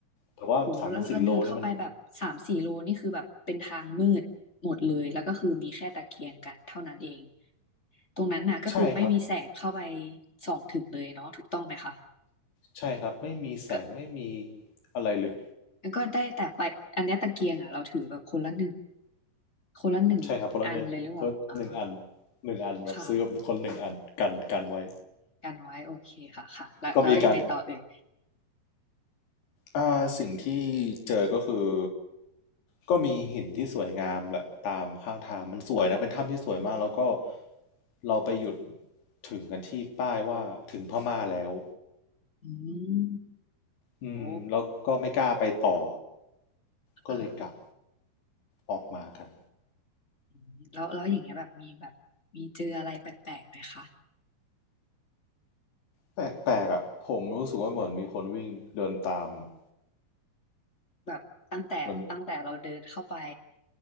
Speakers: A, on the left; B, on the left.
A: แต่ว่าสามถึงสี่โลนี่มัน
B: โหแล้วแล้วเดินเข้าไปแบบสามสี่โลนี่คือแบบเป็นทางมืดหมดเลยแล้วก็คือมีแค่ตะเกียงกันเท่านั้นเองตรงนั้นน่ะก็คือไม่มีแสงเข้าไป
A: ใช่ครับ
B: ส่องถึงเลยเนาะถูกต้องไหมคะ
A: ใช่ครับไม่มีแสงไม่มี
B: ก็
A: อะไรเลย
B: ก็ได้แต่ไฟอันเนี้ยตะเกียงอ่ะเราถือแบบคนละหนึ่งคนละหนึ่งอันเลยหรือเปล่าอ่า
A: ใช่ครับคนละหนึ่งคนละหนึ่งอันหนึ่งอันแบบซื้อแบบคนหนึ่งอันกันกันไว้
B: ค่ะกันไว้โอเคค่ะค่ะแล้วแล้วยังไงต่อเอ่ย
A: ก็มีการ อ่าสิ่งที่เจอก็คือก็มีหินที่สวยงามแหละตามข้างทางมันสวยนะเป็นถ้ำที่สวยมากแล้วก็เราไปหยุดถึงกันที่ป้ายว่าถึงพม่าแล้ว
B: อืม
A: อืมแล้วก็ไม่กล้าไปต่อ
B: โอ้
A: ก็เลยกลับ
B: ค่ะ
A: ออกมากัน
B: อืมแล้วแล้วอย่างเงี้ยแบบมีแบบมีเจออะไรแปลกๆไหมคะ
A: แปลกๆอ่ะผมรู้สึกว่าเหมือนมีคนวิ่งเดินตามอะ
B: แบบตั้งแต่ตั้งแต่เราเดินเข้าไป
A: เหมือน